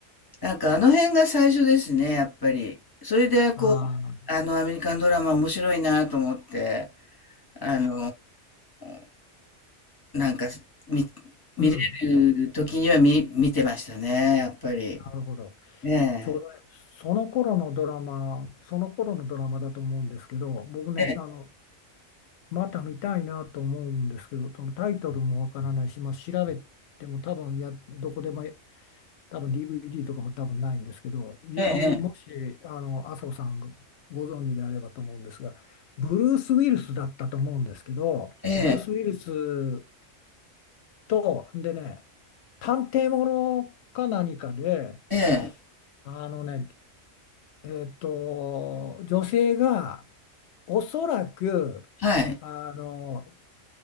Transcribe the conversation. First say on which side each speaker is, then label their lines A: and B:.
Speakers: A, on the left (about 20°); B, on the left (about 65°).
A: なんかあの辺が最初ですね、やっぱり。それでこう、
B: ああ、
A: あの、アメリカンドラマ面白いなと思って、あのーなんか、見見れる時には見見てましたね、
B: うん、な
A: やっぱり。
B: るほど。
A: ええ。
B: ちょうどねその頃のドラマ、その頃のドラマだと思うんですけど、僕ね、
A: ええ
B: あの、また見たいなと思うんですけど、そのタイトルもわからないし、まあ、調べても多分や、どこでもや多分 DVD とかも多分ないんですけど、ゆ、
A: ええ
B: ゆ、もし、あの、朝子さんがご存知であればと思うんですが、ブルース・ウィルスだったと思うんですけど、
A: ええ
B: ブルース・ウィルスと、でね、探偵ものか何かで、
A: ええええ
B: あのね、えっと、女性がおそらく、
A: はい。
B: あの